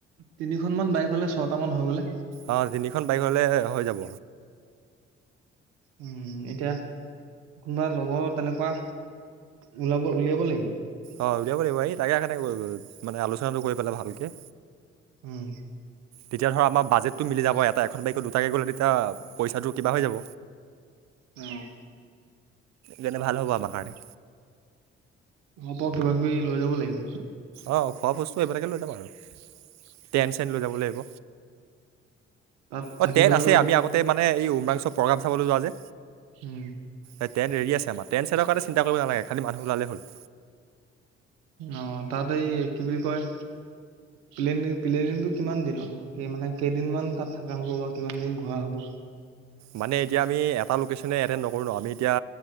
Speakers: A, on the right (about 80°); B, on the right (about 60°).
A: তিনিখন মান বাইক হ'লে ছয়টা মান হৈ গ'লে।
B: অ, তিনিখন বাইক হ'লে হৈ যাব।
A: উম এতিয়া কোনোবা লগৰ তেনেকুৱা ওলাব উলিয়াব লাগিব।
B: অ', উলিয়াব লাগিব এইি তাকে কাৰণে মানে আলোচনাটো কৰি পেলাই ভালকৈ।
A: উম।
B: তেতিয়া ধৰা আমাৰ বাজেটটো মিলি যাব এটা এখন বাইকে দুটাকৈ গ'লে তেতিয়া পইচাটো কিবা হৈ যাব।
A: উম।
B: যেনে ভাল হ'ব আমাৰ কাৰণে।
A: হ'ব কিবা কিবি লৈ যাব লাগিব।
B: অঁ', খোৱা বস্তু এইবিলাকে লৈ যাম আৰু। টেন চেন লৈ যাব লাগিব।
A: তাত থাকিবলৈ
B: অঁ ট্ৰেন আছে
A: আকৌ
B: আমি আগতে মানে এই উমৰাংচ্বৰ প্ৰগ্ৰোম চাবলৈ যোৱা যে।
A: উম
B: এইট্ৰন ৰেডি আছে আমাৰ ট্ৰেন চৰণৰ কাৰণে চিন্তা কৰিবা নালাগে খালি মানুহ ওলালে হ'ল।
A: অ', তাত এই কি বুলি কয়। প্লেন প্লেনিঙটো কিমান দিনৰ মানে কেইদিনমান তাত থকা হ'ব বা কিমান দিন ঘূৰা হ'ব।
B: মানে এতিয়া আমি এটা লোকে্চনে এটেণ্ড নকৰোঁ ন আমি এতিয়া